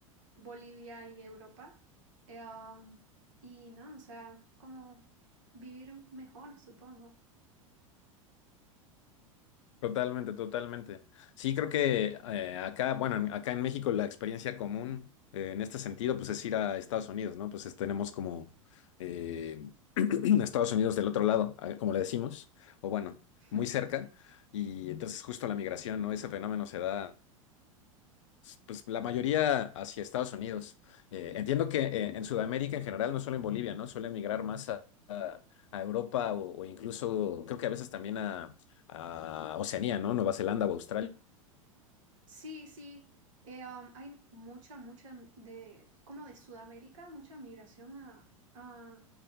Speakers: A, on the right; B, on the left.
A: Bolivia y Europa. Eh, um, y no, o sea, como vivir mejor, supongo.
B: Totalmente, totalmente. Sí, creo que eh, acá, bueno, en- acá en México la experiencia común eh, en este sentido, pues es ir a Estados Unidos, ¿no? Pues es- tenemos como eh, <clears throat> Estados Unidos del otro lado, a- como le decimos, o bueno,
A: <laughs>
B: muy cerca, y entonces justo la migración, ¿no? Ese fenómeno se da pues la mayoría hacia Estados Unidos. Eh, entiendo que eh, en Sudamérica en general, no solo en Bolivia, ¿no? Suelen migrar más a, a- a Europa o, o incluso creo que a veces también a, a Oceanía, ¿no? Nueva Zelanda o Australia.
A: Sí, sí. Eh, um, hay mucha, mucha de, como de Sudamérica, mucha migración a, a,